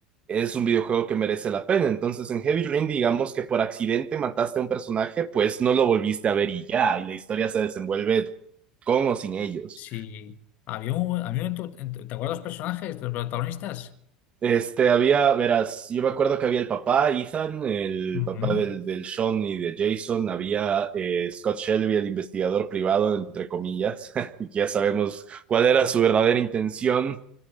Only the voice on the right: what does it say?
es un videojuego que merece la pena. Entonces, en Heavy Rain, digamos que por accidente mataste a un personaje, pues no lo volviste a ver y ya, y la historia se desenvuelve con o sin ellos.
Este, había, verás, yo me acuerdo que había el papá, Ethan, el
papá del, del Sean y de Jason, había eh, Scott Shelby, el investigador privado, entre comillas, <laughs> y ya sabemos cuál era su verdadera intención